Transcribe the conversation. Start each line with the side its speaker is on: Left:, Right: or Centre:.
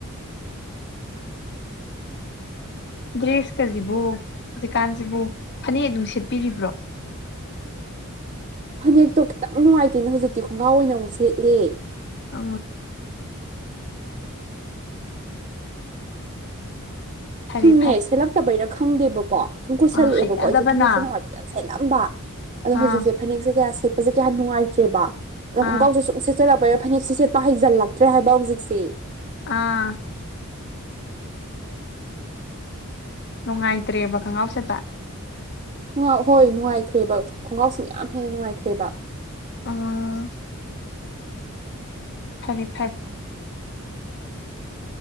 Left: ꯗ꯭ꯔꯦꯁꯀꯁꯤꯕꯨ ꯍꯧꯖꯤꯛꯀꯥꯟꯁꯤꯕꯨ ꯐꯅꯦꯛ ꯑꯗꯨꯝ ꯁꯦꯠꯄꯤꯔꯤꯕ꯭ꯔꯣ
Right: ꯐꯅꯦꯛꯇꯣ ꯈꯤꯇꯪ ꯅꯨꯡꯉꯥꯏꯇꯦꯅꯦ ꯍꯧꯖꯤꯛꯇꯤ ꯈꯣꯡꯒꯥꯎ ꯑꯣꯏꯅ ꯑꯃꯨꯛ ꯁꯦꯠꯂꯦ
Left: ꯑ ꯐꯔꯦ
Right: ꯁꯨꯝꯅꯦ
Left: ꯐꯔꯦ
Right: ꯁꯦꯠꯂꯛꯇꯕꯩꯔꯥ ꯈꯪꯗꯦꯕꯀꯣ ꯁꯨꯝ ꯀꯨꯏꯁꯜꯂꯛꯑꯦꯕꯀꯣ
Left: ꯑꯥ ꯍꯩꯅꯗꯕꯅ
Right: ꯑꯩꯁꯨ ꯐꯅꯦꯛꯁꯦꯅ ꯍꯥꯏꯕ ꯌꯥꯝ ꯁꯦꯠꯂꯝꯕ ꯑꯗꯣ ꯍꯧꯖꯤꯛꯁꯦ
Left: ꯑꯥ
Right: ꯐꯅꯦꯛꯁꯦ ꯀꯌꯥ ꯁꯦꯠꯁꯦ ꯀꯌꯥ ꯅꯨꯡꯉꯇ꯭ꯔꯦꯕ ꯑꯅꯣꯣꯡꯀꯥꯎꯁꯦ
Left: ꯑꯥ
Right: ꯁꯨꯝ ꯁꯦꯠꯆꯜꯛꯄ ꯔꯦ ꯐꯅꯦꯛꯁꯤꯦ ꯁꯦꯠꯄ ꯍꯩꯖꯜꯂꯛꯇ꯭ꯔꯦ ꯍꯥꯏꯕ ꯍꯧꯖꯤꯛꯁꯤꯦ
Left: ꯑꯥ ꯅꯨꯡꯉꯥꯏꯇ꯭ꯔꯦꯕ ꯈꯪꯒ꯭ꯔꯥꯎꯁꯦꯠꯇ
Right: ꯈꯣꯡꯒꯥꯎ ꯍꯣꯏ ꯅꯨꯡꯉꯥꯏꯈ꯭ꯔꯦꯕ ꯈꯣꯡꯒꯥꯎꯁꯤꯅ ꯌꯥꯝ ꯍꯦꯟꯅ ꯅꯨꯡꯉꯥꯏꯈ꯭ꯔꯦꯕ
Left: ꯑ ꯐꯔꯦ ꯐꯔꯦ